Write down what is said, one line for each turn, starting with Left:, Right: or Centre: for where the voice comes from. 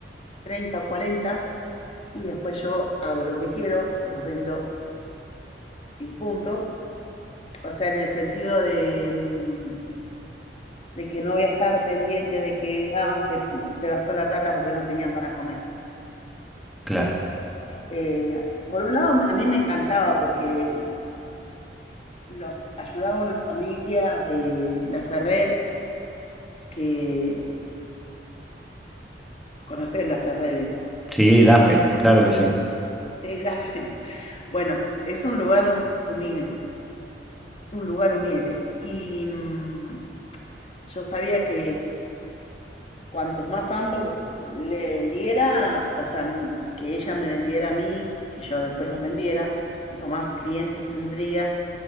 Left: treinta o cuarenta. y después yo hago lo que quiero, los vendo y punto. O sea, en el sentido de, mm, de que no voy a estar pendiente de que ah, se, se gastó la plata porque no tenían para comer.
Centre: claro.
Left: Eh, por un lado, a mí me encantaba porque los ayudaba una familia de La Ferrer, que conoces La Ferrer,
Centre: Sí, la fe, claro que sí.
Left: ¿sí? La Fe- <laughs> Bueno, es un lugar humilde, un lugar humilde. Y mm, yo sabía que Cuantos más ambos le vendiera, o sea, mm, que ella me vendiera a mí, que yo después los vendiera, cuanto más clientes tendría,